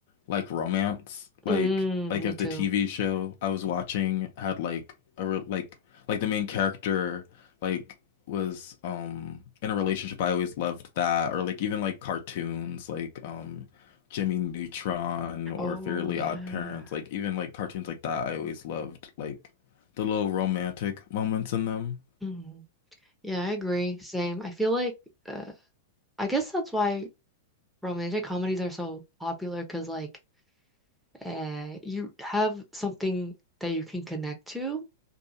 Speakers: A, on the left; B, in the centre.
A: like romance. Like
B: Mm,
A: like
B: me
A: if
B: too.
A: the TV show I was watching had like a re like like the main character like was um in a relationship, I always loved that. Or like even like cartoons like um Jimmy Neutron or
B: Oh
A: Fairly
B: yeah.
A: Odd Parents, like even like cartoons like that, I always loved like the little romantic moments in them.
B: Mhm. Yeah, I agree. Same. I feel like uh I guess that's why romantic comedies are so popular because like uh you have something that you can connect to